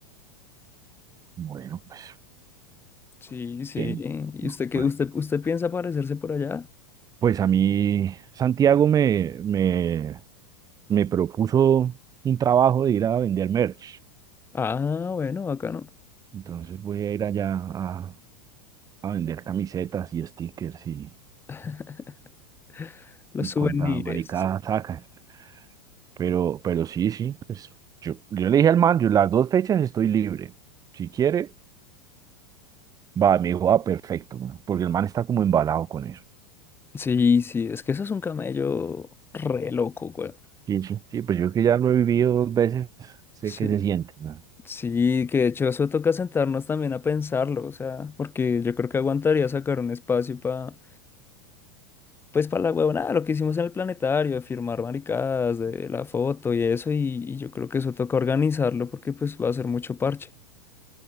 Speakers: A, on the right; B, on the left.
A: Bueno, pues,
B: Sí, sí.
A: ¿quién?
B: ¿Y
A: No,
B: usted qué?
A: por
B: ¿Usted,
A: ahí. no.
B: usted piensa aparecerse por allá?
A: Pues a mí, Santiago me, me, me propuso un trabajo de ir a vender merch.
B: Ah, bueno, acá no.
A: Entonces voy a ir allá a, a vender camisetas y stickers y,
B: <laughs> Los
A: y
B: souvenirs.
A: cuanta maricada sacan. Pero, pero sí, sí, pues yo, yo le dije al man, yo las dos fechas estoy libre. Si quiere, Va, me dijo, ah, perfecto, weón, porque el man está como embalado con eso.
B: Sí, sí, es que eso es un camello re loco, weón.
A: Sí, sí. Sí, pues yo que ya lo he vivido dos veces, sé
B: Sí,
A: qué se siente, weón.
B: sí, que de hecho eso toca sentarnos también a pensarlo, o sea, porque yo creo que aguantaría sacar un espacio para pues para la huevonada, lo que hicimos en el planetario, de firmar maricadas, de la foto y eso, y, y yo creo que eso toca organizarlo porque pues va a ser mucho parche.